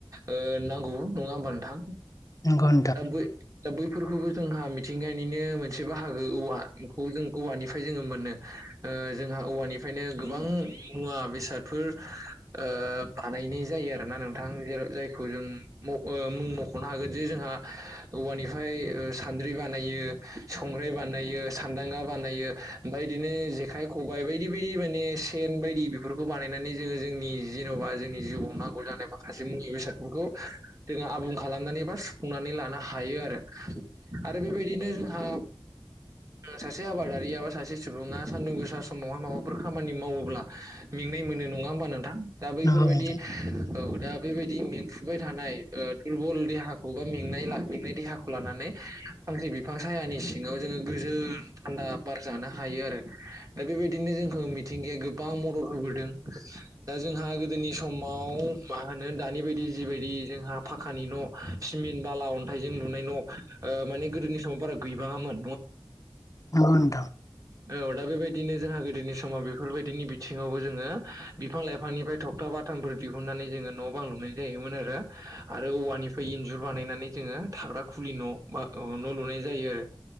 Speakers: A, on the right; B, on the left.
A: ओ नांगौ नङा होनबा नोंथां?
B: नंगौ नोंथां
A: दा बै दा बैफोरखौबो जोंहा मिथिंगानिनो मोनसे बाहागो औवाखौ जों औवानिफ्राय जोंङो मोनो। ओ जोंहा औवानिफ्रायनो गोबां मुवा बेसादफोर ओ बानायनाय जायो आरोना नोंथां। जेराव जायखौ जों मुक ओ मुं मख'नो हागोन जे जोंहा औवानिफ्राय ओ सान्द्रि बानायो, संग्राय बानायो, सान्दांगा बानायो, ओमफ्राय बिदिनो जेखाय खबाइ बायदि बायदि माने सेन बायदि बेफोरखौ बानायनानै जोंङो जोंनि जेन'बा जोंनि जिउआव नांगौ जानाय माखासे मुलि बेसादफोरखौ जोङो आबुं खालामनानै बा सुुंफुं <unintelligible> नै लानो हायो आरो, आरो बेबायदिनो जोंहा सासे आबादा रिया बा सासे सुबुङा सान्दुं गोसा समावहाय माबाफोर खामानि मावोब्ला मेंनाय मोनो नङा होमबा नोंथां। दा बैफोरबायदि
B: नंगौ नंगौ
A: औ दा बेबायदि मेंफुबाय थानाय ओ दुरबल देहाखौ बा मेंनाय <unintelligible> देहाखौ लानानै फांसे बिफां सायहानि सिङाव जोङो गोजोन थान्दा बार जानो हायो आरो। दा बेबायदिनो जोंखौ मिथिंगाया गोबां मदद होबोदों दा जों जोंहा गोदोनि समाव मा होनो दानि बायदि जिबायदि जोंहा फाखानि न' सिमेन्ट बाला अन्थाइजों लुनाय न' ओ माने गोदोनि समाव बारा गैबांङामोन।
B: औ नोंथां।
A: औ दा बेबायदिनो जोंहा गोदोनि समाव बेफोरबायदिनि बिथिङावबो जोङो बिफां-लाइफांनिफ्राय थगथा बाथामफोर दिहुननानै जोङो न' बां लुनाय जायोमोन आरो। आरो औवानिफ्राय इन्जुर बानायनानै जोङो थाग्रा खुलि न' बा औ न' लुनाय जायो आरो